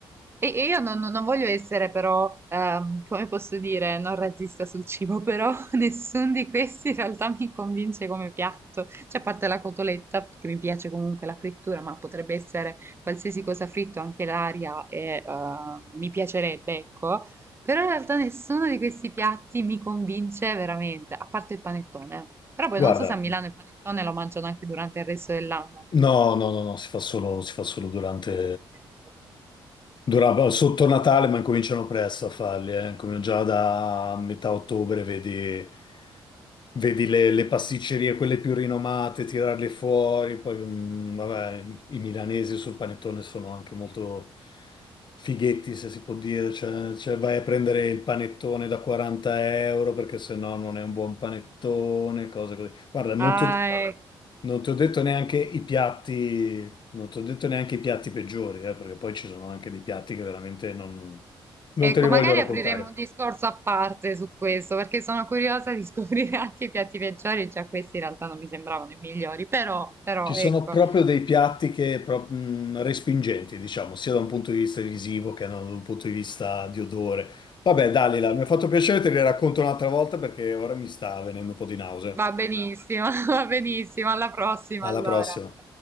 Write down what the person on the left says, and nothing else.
guarda,
no, no, no, no, si fa solo, si fa solo durante,
Durava sotto Natale, ma incominciano presto a farli, eh. Come già da metà ottobre vedi, vedi le, le pasticcerie, quelle più rinomate, tirarle fuori. Poi, mm, vabbè, i milanesi sul panettone sono anche molto fighetti, se si può dire. Cioè, cioè, vai a prendere il panettone da 40 euro perché sennò non è un buon panettone, cose così. Guarda, non
ti
non ti ho detto neanche i piatti, non ti ho detto neanche i piatti peggiori, eh, perché poi ci sono anche dei piatti che veramente non, non
te li voglio
raccontare.
Ci sono
proprio dei piatti che pro- mh, respingenti, diciamo, sia da un punto di vista visivo che da un punto di vista di odore. Vabbè, Dalila, mi ha fatto piacere, te li racconto un'altra volta perché ora mi sta venendo un po' di nausea.
Alla
prossima.